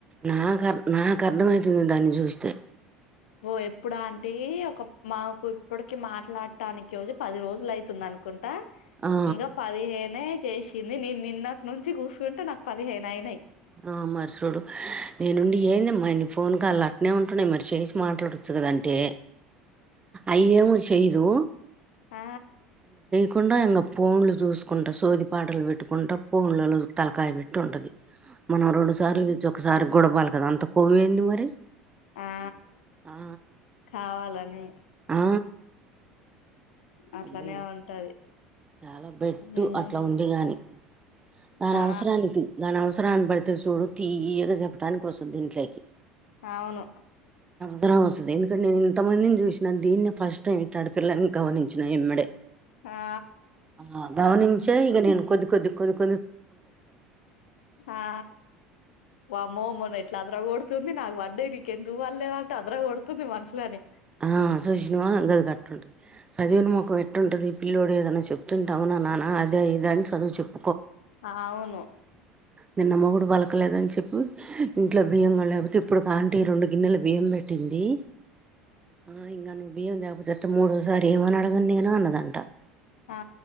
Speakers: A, on the right; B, on the left.
A: నాక్ అర్ధ్ నాక్ అర్థమైతుంది దాన్ని చూస్తే
B: వో ఎప్పుడ్ అంటి ఒక మాకు ఇప్పడ్కి మాట్లాడటానికి పది రోజులైతుంద్ అనుకుంటా
A: ఆ
B: ఇంగా పదిహేనే చేసింది నేన్ నిన్నటి నుంచి కూసంటే నాక్ పదిహేనైనయ్
A: ఆ మర్ చూడు నేనుండి ఏంద్మాయి నీ ఫోన్ కాళ్ళు అట్నే ఉంటున్నాయ్ మరి చేసి మాట్లాడుచ్చు గదంటే అయేమో చెయ్దు
B: ఆ
A: కుండా ఇంకా పోన్లు చూసుకుంటా సోది పాటలు పెట్టుకుంట పూనులలో తలకాయ వేట్టి ఉంటది మనం రోండు సార్లు పిల్చి ఒకసారికి గూడ పలకదు అంతక్ కోవెంది మరి
B: ఆ
A: ఆ
B: కావాలని
A: ఆ
B: అట్లానే
A: అబ్బో
B: ఉంటది
A: చాలా బెట్టు
B: ఉమ్
A: అట్లా ఉండి గాని దాని
B: ఆ
A: అవసరానికి దాని అవసరాని బట్టి చూడు తీయగా చెప్పడానికి ఓస్తది ఇంట్లోకి
B: అవును
A: దరం వస్తది ఎందుకంటే నేను ఇంతమందిని చూసినా దీన్నే ఫస్ట్ టైం ఇట్ టడ్పిల్లన్ గమనించిన ఇమ్మడే
B: ఆ
A: ఆ గమనించే ఇగా నేన్ కొద్ది కొద్ది కొద్కు
B: ఆ వామ్మో మోన ఎట్ల్ ట్లద్ర కొడుతుంది నాకు పడ్డాయి నీకు ఎందుకు పళ్లే దంటంది అదర కొడుతుంది మనుషులని
A: ఆ సుశీనవ గది గట్టుంటది సదివిన మొకం ఎట్టుంటది పిల్లోడ్ ఏదన్నా చెప్ తుంటావ్ అవున నాన్న అద ఇద అని చదువు చెప్
B: అవును
A: నిన్న మొగుడు పలకలేదని చెప్పి ఇంట్లో బియ్యం గూడలే తీప్పుడు కాంటి రోండు గిన్నెల బియ్యం పెట్టింది ఆ ఇంగ నువ్వు బియ్యం తే పోతే ఎట్ట మూడోసారి ఎం అని అడగాను అన్నదన్
B: ఆ